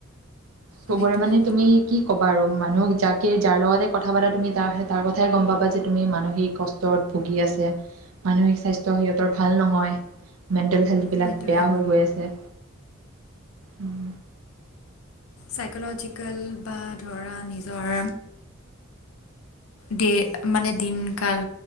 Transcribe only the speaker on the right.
চবৰে
মানে তুমি কি ক'বা আৰু মানুহক যাকে যাৰ লগতে কথা পতা তুমি তাৰ তাৰ কথাই গম পাবা যে তুমি মানসিক কষ্টত ভুগি আছে। মানসিক স্বাস্থ্য সিহঁতৰ ভাল নহয় মেণ্টেল হেল্থবিলাক
বেয়া হৈ গৈ আছে। উম।